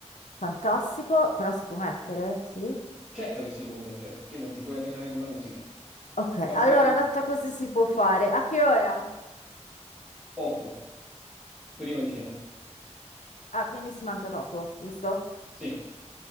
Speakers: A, on the left; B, in the centre.
A: Fantastico, però si può mettere, sì?
B: Certo che si può mettere, che non ti puoi allenare con la musica.
A: Ok,
B: Basta
A: allora
B: che
A: data così si può fare. A che ora?
B: 8, prima di cena.
A: Ah, quindi si mangia dopo, giusto?
B: Sì,